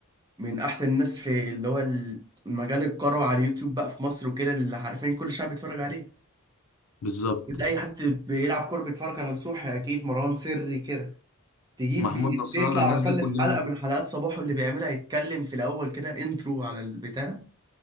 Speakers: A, on the right; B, on the left.
A: من احسن الناس في اللي هو المجال الكروي على اليوتيوب بقى في مصر وكده اللي عارفين كل الشعب بيتفرج عليه
B: بالظبط
A: انت اي حد بيلعب كوره بيتفرج على نصوحي اكيد مروان سري كده تجيب
B: محمود نصر
A: تطلع
B: الله الناس
A: على الاقل
B: دي كلها
A: في حلقه من حلقات صباحه اللي بيعملها يتكلم في الاول كده انترو على البتاع